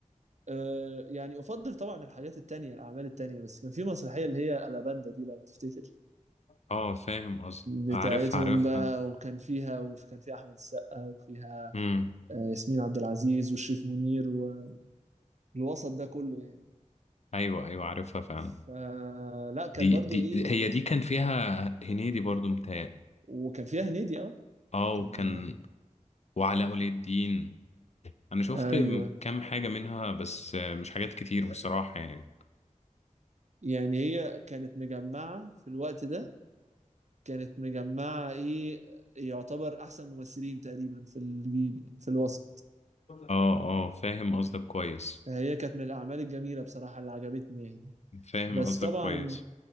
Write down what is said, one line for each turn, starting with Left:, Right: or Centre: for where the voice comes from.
Right: أه... يعني افضل طبعا الحاجات التانية الاعمال التانية بس كان في مسرحيه اللي هي الاباندا دي لو تفتكر
Left: اه فاهم قصدي
Right: بتاعتهم
Left: عارفها عارفها
Right: بقى وكان فيها وكان فيها احمد السقا وفيها
Left: امم
Right: آه، ياسمين عبد العزيز وشريف منير و... الوسط ده كله يعني
Left: ايوه ايوه عارفها فعلا
Right: فلا كانت
Left: دي
Right: برضو
Left: دي
Right: ايه
Left: هي دي كان فيها هنيدي برضو متهيألي
Right: وكان فيها هنيدي اه
Left: اه
Right: كان
Left: وكان وعلاء ولي الدين انا شفت
Right: ايوه
Left: كام حاجة منها بس مش حاجات كتير بصراحة يعني
Right: يعني هي كانت مجمعة في الوقت ده كانت مجمعة ايه يعتبر احسن ممثلين تقريبا في الجيل يعني في الوسط
Left: اه اه فاهم قصدك كويس
Right: فهي كانت من الاعمال الجميلة بصراحة اللي عجبتني يعني
Left: فاهم
Right: بس
Left: قصدك
Right: طبعا
Left: كويس